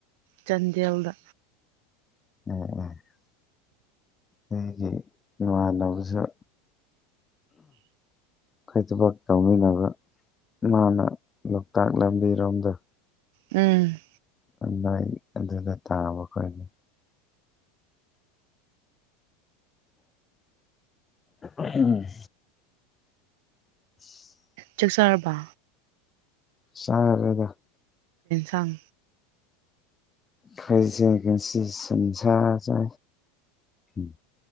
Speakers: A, on the right; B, on the left.
A: ꯆꯥꯟꯗꯦꯜꯗ
B: ꯑꯣ ꯑꯩꯒꯤ ꯏꯃꯥꯟꯅꯕꯁꯨ ꯑꯩ ꯊꯕꯛ ꯇꯧꯃꯤꯟꯅꯕ ꯃꯥꯅ ꯂꯣꯛꯇꯥꯛ ꯂꯝꯕꯤꯔꯣꯝꯗ
A: ꯎꯝ
B: ꯂꯏ ꯑꯗꯨꯗ ꯇꯥꯕ ꯑꯩꯈꯣꯏꯅꯤ ꯎꯝ <unintelligible>
A: ꯆꯥꯛꯆꯥꯔꯕ
B: ꯁꯗ
A: ꯇꯥꯡ
B: ꯀꯩꯁꯦ ꯀꯟꯁꯤ ꯁꯨꯝꯖꯖꯦ ꯎꯝ